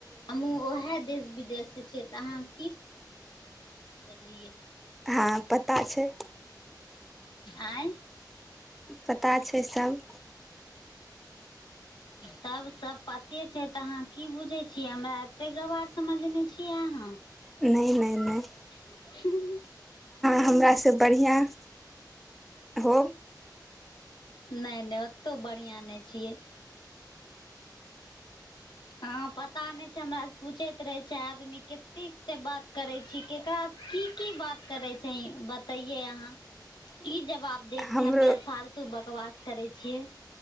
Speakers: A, on the left; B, in the centre.
A: हमूँ उएह देश विदेश से छियै तऽ अहाँ की बोललियै
B: हँ पता छै
A: आँय
B: पता छै सभ
A: तब सब पते छै तऽ अहाँ की बुझै छियै हमरा एते गवार समझने छियै अहाँ
B: नहि नहि
A: <unintelligible>
B: नहि हमरासे बढ़िआं होब
A: नहि नहि ओतहु बढ़िआँ नहि छियै हं पता नहि छै हमरा से पूछैत रहे छै आदमी कतेे बात करै छी केकरा से की की बात करे छै बतैयै अहाँ की जवाब देवके
B: हमरो
A: हमेर फाल तू बकवास करै छियै